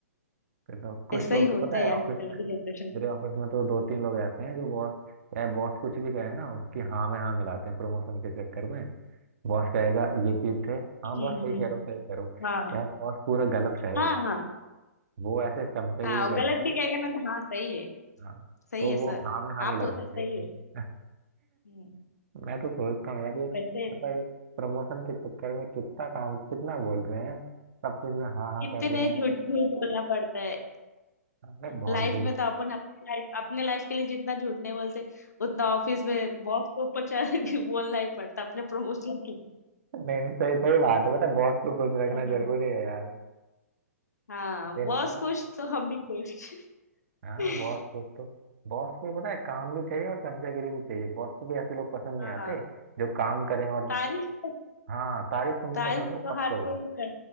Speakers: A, on the right; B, on the left.
A: फिर तो कुछ
B: ऐसा
A: लोग
B: ही
A: तो
B: होता
A: पता
B: है
A: है ऑफिस
B: आजकल
A: में
B: की जनरेशन
A: मेरे ऑफिस में तो दो तीन लोग ऐसे हैं जो बॉस चाहे बॉस कुछ भी कहे ना उसकी हाँ में हाँ मिलाते हैं प्रमोशन के चक्कर में बॉस कहेगा ये चीज थे
B: हम्म
A: हाँ बॉस सही
B: हम्म,
A: कह रहे हो सही कह रहे हो
B: हाँ
A: चाहे बॉस पूरा गलत कहे
B: हाँ हाँ
A: वो ऐसे चमचागिरी
B: हाँ और
A: करते
B: गलत भी
A: हैं
B: कहेगा ना तो हाँ सही है
A: हाँ
B: सही
A: तो
B: है
A: वो
B: सर
A: हाँ में हाँ
B: आप
A: मिलाते
B: उधर सही
A: हैं
B: हो हम्म,
A: <laughs> मैं तो सोचता हूँ यार ये
B: वैसे
A: मतलब एक प्रमोशन के चक्कर में कितना काम कितना बोल रहे हैं सब चीज में हाँ हाँ
B: कितने
A: कर रहे हैं
B: झूठ झूठ बोलना पड़ता है
A: अरे बहुत
B: लाइफ
A: जुड़ी
B: में तो अपन अपने लाइफ अपने लाइफ के लिए जितना झूठ नहीं बोलते उतना ऑफिस में बॉस के ऊपर चढ़ के बोलना ही पड़ता अपने प्रमोशन के लिए
A: नहीं नहीं सही सही बात है पता है बॉस को खुश रखना
B: हाँ
A: जरूरी है यार
B: हाँ,
A: दिन
B: बॉस
A: में
B: खुश तो हम भी खुश
A: हाँ
B: <laughs>
A: बॉस खुश तो बॉस को भी पता है काम भी चाहिए और चमचागिरी भी चाहिए बॉस को भी ऐसे लोग पसंद नहीं
B: हाँ
A: आते जो काम करें और
B: तारीफ
A: हाँ तारीफ सुननी
B: तारीफ
A: पसंद है
B: तो
A: बॉस
B: हर
A: को भी
B: कोई कर